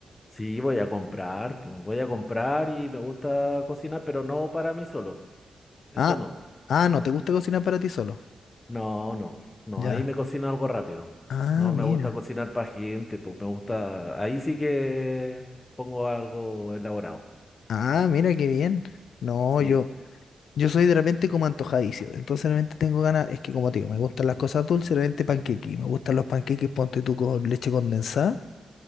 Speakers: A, on the left; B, on the left.
A: sí, voy a comprar, pues voy a comprar y me gusta cocinar, pero no para mí solo. Eso
B: Ah,
A: no,
B: ah, no te gusta cocinar para ti solo.
A: no, no, no,
B: Ya.
A: ahí me cocino algo rápido.
B: Ah,
A: No
B: mira.
A: me gusta cocinar para gente, pues me gusta, ahí sí que pongo algo elaborado.
B: Ah, mira qué bien. No,
A: Sí,
B: yo, yo soy de repente como antojadizo. Entonces de repente tengo ganas, es que como te digo, me gustan las cosas dulces, de repente panqueques. y Me gustan los panqueques, ponte tú con leche condensada.